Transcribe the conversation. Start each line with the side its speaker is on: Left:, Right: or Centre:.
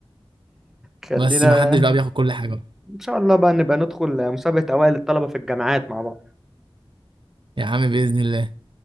Centre: خلينا
Right: بس ما حدش بقى بياخد كل حاجه
Centre: ان شاء الله بقى نبقى ندخل مسابقه اوائل الطلبه في الجامعات مع بعض
Right: يا عم باذن الله